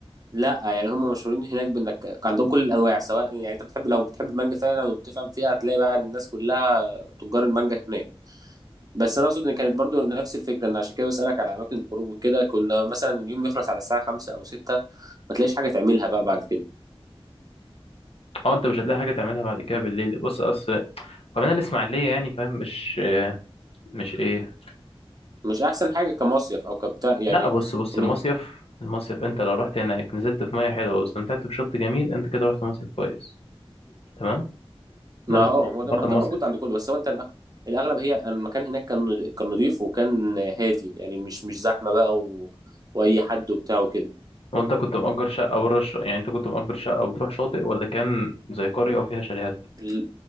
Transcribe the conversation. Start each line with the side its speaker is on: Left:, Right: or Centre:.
Right: لا يعني هم مشهورين هناك بانك عندهم كل الانواع سواء يعني انت بتحب لو بتحب المانجا فعلا وبتفهم فيها هتلاقي بقى الناس كلها تجار المانجا هناك بس انا اقصد ان كانت برضو نفس الفكره ان عشان كده بسالك على اماكن الخروج وكده كنا مثلا اليوم بيخلص على الساعه 5 او 6 ما تلاقيش حاجه تعملها بقى بعد كده
Left: اه انت مش هتلاقي حاجه تعملها بعد كده بالليل بص اصل كمان الاسماعيليه يعني فاهم مش مش ايه
Right: مش احسن حاجه كمصيف او كبتاع يعني
Left: لا بص بص
Right: إن-
Left: المصيف المصيف انت لو رحت هناك نزلت في ميه حلوه واستمتعت بشط جميل انت كده رحت مصيف كويس تمام
Right: ما
Left: ده مبدئيا
Right: هو هو ده
Left: هو
Right: ما
Left: ده
Right: هو
Left: المصيف
Right: ده موجود عند كله بس هو انت الأ- الاغلب هي أن المكان هناك كان كان نضيف وكان هادي يعني مش مش زحمه بقى و... واي حد وبتاع وكده
Left: وانت كنت مأجر شقه بره الش... يعني انت كنت مأجر شقه وبتروح شاطئ ولا كان زي قريه وفيها شاليهات
Right: ل-